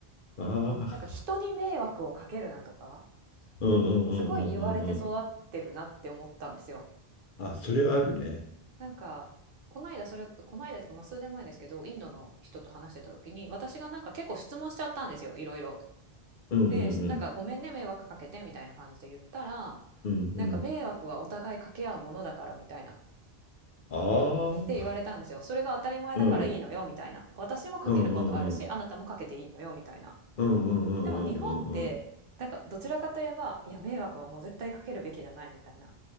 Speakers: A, on the left; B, on the right.
A: ああ、
B: なんか人に迷惑をかけるなとか
A: うんうんうんうんうんうん。
B: すごい言われて育ってるなって思ったんですよ。
A: あ、それはあるね。
B: なんかこの間それこの間っていうかまあ数年前ですけどインドの人と話してた時に私がなんか結構質問しちゃったんですよいろいろ。
A: うんうんうん。
B: でなんか「ごめんね迷惑かけて」みたいな感じで言ったら
A: うんうん。
B: なんか迷惑はお互いかけ合うものだからみたいな
A: ああ。
B: って言われたんですよ。それが当たり前だからいいのよみたいな。
A: うん。うん
B: 私もかけることあるし、
A: うんうん
B: あなたもかけていいのよみたいな。
A: うんうんうんうんうん
B: でも日本ってなんかどちらかといえば、いや迷惑はもう絶対かけるべきじゃないみたいな。